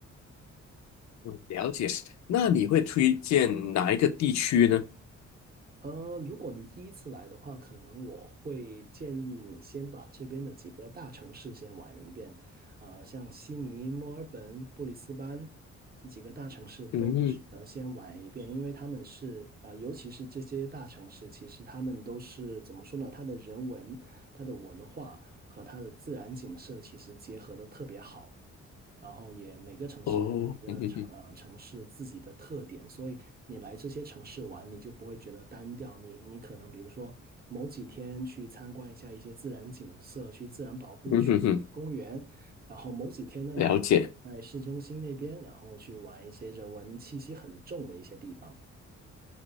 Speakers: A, on the left; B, on the right.
A: 嗯，了解。那你会推荐哪一个地区呢？
B: 呃，如果你第一次来的话，可能我会建议你先把这边的几个大城市先玩一遍，呃，像悉尼、墨尔本、布里斯班这几个大城市都呃先玩一遍，
A: 嗯，
B: 因为他们是呃，尤其是这些大城市，其实他们都是怎么说呢？它的人文、它的文化和它的自然景色其实结合的特别好。然后也每个城市每个城呃城市自己的特点，
A: 哦，嗯哼哼，
B: 所以你来这些城市玩，你就不会觉得单调。你你可能比如说某几天去参观一下一些自然景色，去自然保护区、
A: 嗯哼哼，
B: 去公园，然后某几天呢，
A: 了解。
B: 你在市中心那边，然后去玩一些人文气息很重的一些地方。